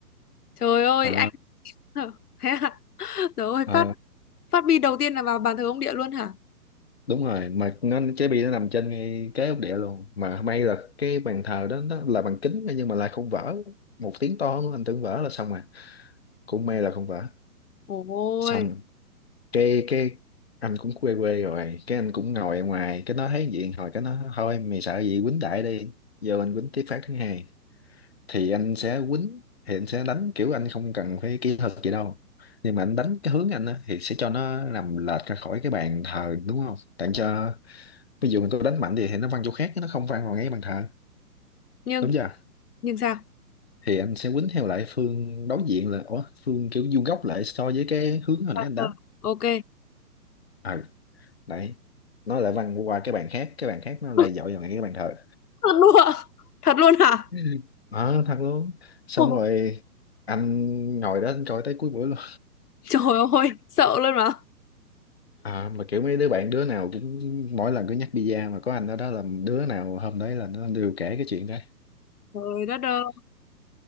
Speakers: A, on the left (about 70°); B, on the left (about 45°).
A: trời ơi,
B: Ờ
A: anh. <laughs> Thế à? Trời ơi,
B: ờ,
A: phát phát bi đầu tiên là vào bàn thờ ông địa luôn hả?
B: đúng rồi mà nó trái bi nó nằm trên ngay cái ốc địa luôn mà may là cái bàn thờ đó nó là bằng kính nhưng mà lại không vỡ một tiếng to nữa anh tưởng vỡ là xong rồi cũng may là không vỡ
A: Ôi,
B: xong cái cái anh cũng quê quê rồi cái anh cũng ngồi ở ngoài cái nó thấy vậy hồi cái nó thôi mày sợ gì quýnh đại đi giờ mình quýnh tiếp phát thứ hai thì anh sẽ quýnh thì anh sẽ đánh kiểu anh không cần phải kỹ thuật gì đâu nhưng mà anh đánh cái hướng anh á, thì sẽ cho nó nằm lệch ra khỏi cái bàn thờ đúng không tặng cho ví dụ mình có đánh mạnh gì thì nó văng chỗ khác nó không văng vào ngay bàn thờ
A: nhưng
B: đúng chưa
A: nhưng sao?
B: thì anh sẽ quýnh theo lại phương đối diện là ủa phương kiểu vuông góc lại so với cái hướng hồi
A: Bàn
B: nãy anh
A: thờ.
B: đánh
A: Ok.
B: ừ đấy nó lại văng qua cái bàn khác cái bàn khác nó lại
A: <laughs>
B: dội vào ngay cái bàn thờ
A: Thật luôn ạ? Thật luôn hả?
B: <laughs> ờ thật luôn xong
A: Ôi,
B: rồi anh ngồi đó anh coi tới cuối buổi luôn
A: trời ơi, sợ luôn mà.
B: À, mà kiểu mấy đứa bạn đứa nào cũng mỗi lần cứ nhắc pizza mà có anh ở đó là đứa nào hôm đấy là nó đều kể cái chuyện đó
A: Trời đất ơi.